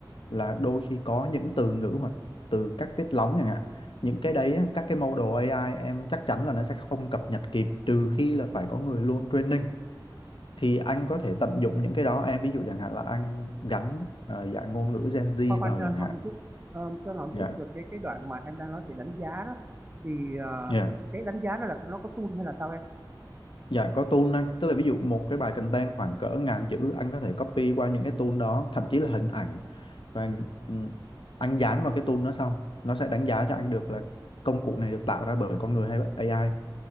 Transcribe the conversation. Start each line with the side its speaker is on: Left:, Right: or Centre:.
Left: là đôi khi có những từ ngữ hoặc từ cách viết lóng chẳng hạn những cái đấy
Right: ừ.
Left: á, các cái model AI em chắc chắn là nó sẽ không cập nhật kịp trừ khi là phải có người luôn training thì anh có thể tận dụng những cái đó em ví dụ chẳng hạn là anh gắn ờ, dạng ngôn ngữ Gen Z
Right: khoan khoan
Left: vào
Right: cho
Left: chẳng
Right: anh hỏi
Left: hạn
Right: một chút Ờ, cho anh hỏi một
Left: dạ
Right: chút về cái cái đoạn mà em đang nói về đánh giá đó thì ờ,
Left: dạ
Right: cái đánh giá đó là nó có tool hay là sao em
Left: dạ có tool anh tức là ví dụ một cái bài content khoảng cỡ ngàn chữ anh có thể copy qua những cái tool đó thậm chí là hình ảnh và ừm, anh dán vào cái tool đó xong nó sẽ đánh giá cho anh được là công cụ này được tạo ra bởi con người hay bởi AI